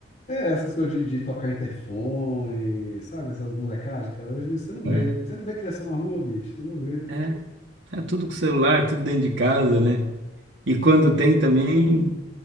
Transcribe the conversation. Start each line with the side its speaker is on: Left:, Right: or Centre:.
Left: é essas coisas de, de tocar interfone, sabe? Essas molecagens, cara, hoje em dia você não vê,
Right: É,
Left: você não vê criança na rua, bicho, você não vê.
Right: é, é tudo com celular, tudo dentro de casa, né? E quando tem também,